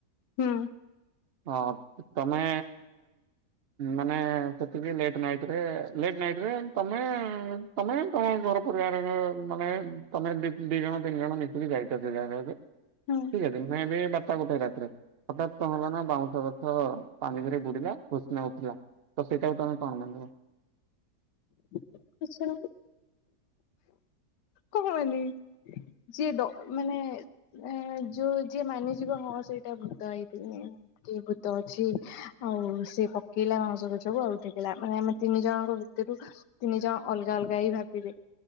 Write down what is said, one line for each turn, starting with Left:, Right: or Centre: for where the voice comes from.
Left: ହୁଁ।
Right: ହଁ। ତମେ ମାନେ ସେତିକି ଲେଟ୍ ନାଇଟିରେ ଲେଟ୍ ନାଇଟିରେ ତମେ ତମେ ତମେ ଘର ପରିବାରର ମାନେ ତମେ ଦି ଜଣ ତିନି ଜଣ ମିଶିକି ଯାଇଚ ସେ ଜାଗାକୁ। ଠିକ
Left: ହୁଁ
Right: ଅଛି ମେବି ବାରଟା ଗୋଟେ ରାତିରେ ହଠାତ୍ କଣ ହେଲା ନା, ବାଉଁଶ ଗଛ ପାଣିରେ ବୁଡିଲା ବହୁତ ସେହଁରେ ଉଠିଲା ତ ସେଟାକୁ ତମେ କଣ ମାନେ
Left: କିଛି ନୁହଁ। କୁହନି ଯିଏ ଡ ମାନେ ଏ ଯୋଉ ଯିଏ ମାନିଯିବ ହଁ ସେଇଟା ଭୂତ ହେଇଥିବେ। କିଏ ଭୂତ ଅଛି ଆଉ ସେ ପକେଇଲା ଆସ ଗଛକୁୁ ଆଉ ଟେକିଲା ମାନେ ଆମେ ତିନି ଜଣଙ୍କ ଭିତରୁ ତିନି ଜଣ ଅଲଗା ଅଲଗା ହେଇ ଭାବିବେ।